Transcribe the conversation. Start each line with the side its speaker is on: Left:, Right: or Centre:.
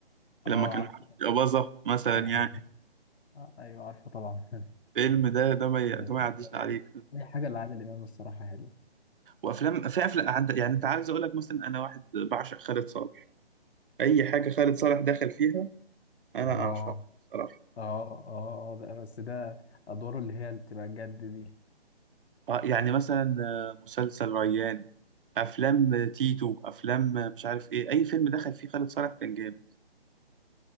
Right: لما
Left: اه
Right: كان معاه
Left: عارفه
Right: أباظة مثلا
Left: <laughs>
Right: يعني
Left: آه، ايوه عارفه طبعا <laughs>
Right: الفيلم ده ده ما ي-
Left: ده-
Right: ده ما
Left: ده
Right: يعديش عليك
Left: رايق. اي حاجه لعادل امام الصراحه حلوه
Right: وافلام في افلام عند- يعني انت عايز اقول لك مثلا انا واحد بعشق خالد صالح اي حاجه خالد صالح دخل فيها انا
Left: اه
Right: اعشق بصراحه
Left: اه اه اه ده بس ده ادواره اللي هي اللي بتبقى جد دي
Right: آه يعني مثلا آه، مسلسل ريان افلام آه، تيتو افلام آه، مش عارف ايه اي فيلم دخل فيه خالد صالح كان جامد